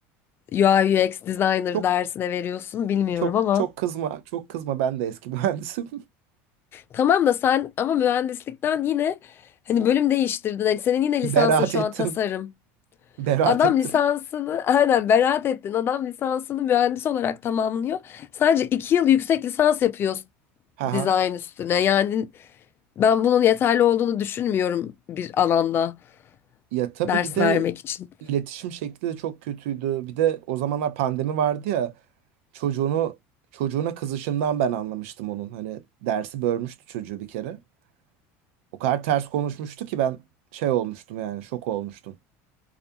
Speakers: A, on the left; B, on the right.
A: UI UX designer
B: Çok
A: dersine veriyorsun bilmiyorum
B: çok
A: ama.
B: çok kızma, çok kızma ben de eski mühendisim.
A: Tamam da sen ama mühendislikten yine hani bölüm değiştirdin. Hani senin yine
B: <laughs>
A: lisansın
B: Beraat
A: şu
B: ettim,
A: an tasarım.
B: beraat
A: Adam
B: ettim.
A: lisansını <laughs> aynen beraat ettin. Adam lisansını mühendis olarak tamamlıyor. Sadece iki yıl yüksek lisans yapıyor
B: Haha.
A: dizayn üstüne. Yani ben bunun yeterli olduğunu düşünmüyorum bir alanda
B: Ya tabii
A: ders
B: bir de
A: vermek için.
B: iletişim şekli de çok kötüydü. Bir de o zamanlar pandemi vardı ya. Çocuğunu çocuğuna kızışından ben anlamıştım onun. Hani dersi bölmüştü çocuğu bir kere. O kadar ters konuşmuştu ki ben şey olmuştum yani şok olmuştum.